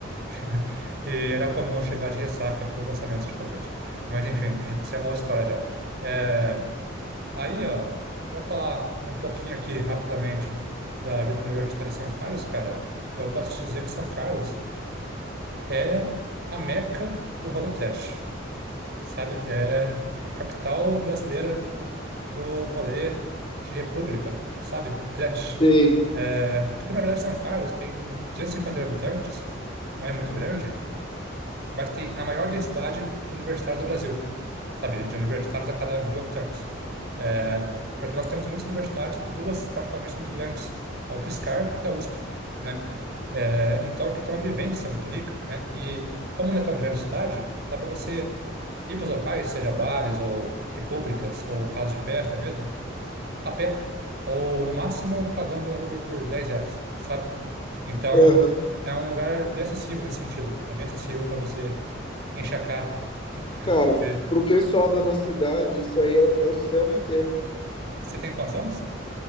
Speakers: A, on the right (about 55°); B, on the left (about 25°).
A: <laughs> E era comum chegar de ressaca para os lançamentos de foguete. Mas enfim, <laughs> isso é uma outra história já. É, aí, ó, para falar um pouquinho aqui rapidamente da vida universitária em São Carlos, cara, eu posso te dizer que São Carlos é a meca do rolê trash sabe? É a capital brasileira do rolê de república, sabe? Trash.
B: Sei.
A: É, porque na verdade São Carlos tem 250 habitantes, não é muito grande, mas tem a maior densidade de universitários do Brasil, sabe? De universitários a cada mil habitantes. É, porque nós temos muitas universidades e duas, particularmente, são muito grandes, a UFSCar e a USP, né? É, então aqui tem uma vivência muito rica, né? E como não é tão grande a cidade, dá para você ir para os locais, seja bares ou repúblicas ou casas de festa mesmo, a pé, ou no máximo pagando um Uber por 10 reais, sabe? Então,
B: Aham.
A: é um lugar bem acessível nesse sentido. É bem acessível para você encher a cara.
B: Cara,
A: E
B: pro pessoal da nossa idade, isso aí é, é o céu na terra. né?
A: Você tem quantos anos?